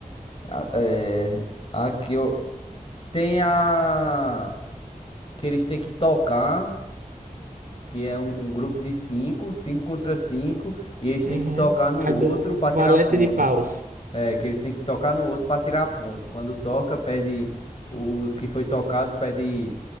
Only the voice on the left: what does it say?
A- É, aqui ó, tem a que eles têm que tocar, que é um, um grupo de cinco, cinco contra cinco, e eles
têm que tocar no
outro
pra
tirar ponto.
É, que ele tem que tocar no outro para tirar ponto. Quando toca, pede os que foi tocado, pede